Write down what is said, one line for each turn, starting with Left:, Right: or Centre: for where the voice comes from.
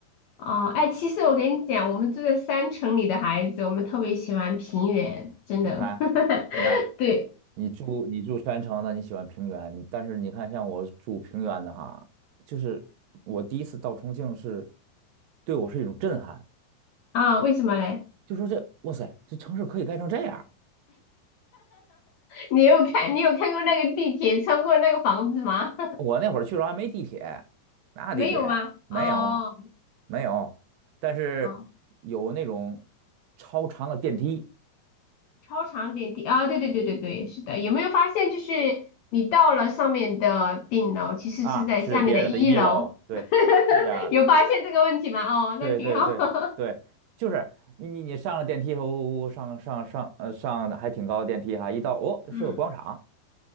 Left: 哦，哎，其实我跟你讲，我们住在山城里的孩子，我们特别喜欢平原，真的。
Right: 你看，
Left: <laughs>
Right: 你看，
Left: 对
Right: 你住你住山城的，你喜欢平原，你但是你看像我住平原的哈，就是我第一次到重庆是，对我是一种震撼，
Left: 啊，为什么嘞？
Right: 就说这哇塞，这城市可以盖成这样。
Left: 你有看你有看过那个地铁穿过那个房子吗？<laughs>
Right: 我那会儿去的时候还没地铁，哪有地铁？
Left: 没有吗？
Right: 没有，
Left: 哦
Right: 没有，但是有那种
Left: 哦，
Right: 超长的电梯
Left: 超长点地啊，对对对对对，是的。有没有发现，就是你到了上面的顶楼，其实是在下面的一楼，
Right: 啊，是别人的一楼，对，
Left: <laughs>
Right: 是这样的。
Left: 有发现这个问题吗？哦，
Right: 对对对对，
Left: 那挺好。<laughs>
Right: 就是你你你上了电梯，呜呜呜上上上呃上的还挺高的电梯哈，一到哦是个广场，
Left: 嗯